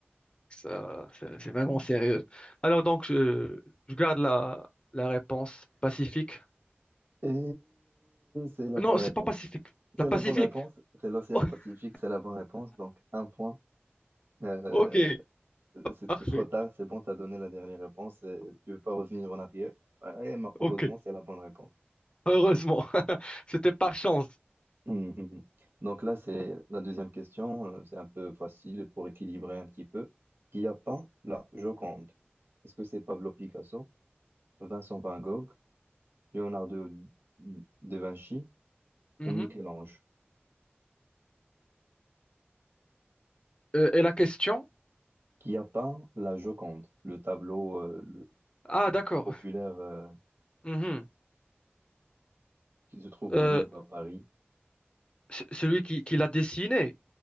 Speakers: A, on the left; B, on the right.
A: Ça, c'est c'est vraiment sérieux. Alors donc, je, je garde la la réponse Pacifique.
B: Et c'est la
A: Non,
B: bonne réponse.
A: c'est pas Pacifique.
B: C'est
A: La Pacifique.
B: la bonne réponse. C'est l'océan
A: <laughs>
B: Pacifique, c'est la bonne réponse. Donc, un point. Euh,
A: Ok,
B: c'était
A: parfait.
B: trop tard, c'est bon, t'as donné la dernière réponse. et tu veux pas revenir en arrière. Ouais, mais heureusement,
A: Ok,
B: c'est la bonne réponse.
A: heureusement. <laughs> C'était par chance.
B: Mhm. Donc là, c'est la deuxième question, euh, c'est un peu facile pour équilibrer un petit peu. Qui a peint la Joconde? Est-ce que c'est Pablo Picasso, Vincent Van Gogh, Leonardo da Vinci
A: Mhm.
B: ou Michel-Ange?
A: Euh, et la question?
B: Qui a peint la Joconde, le tableau euh, le
A: Ah, d'accord.
B: plus populaire euh,
A: Mhm.
B: qui se trouve
A: Euh,
B: au Louvre à Paris?
A: c- celui qui, qui l'a dessiné.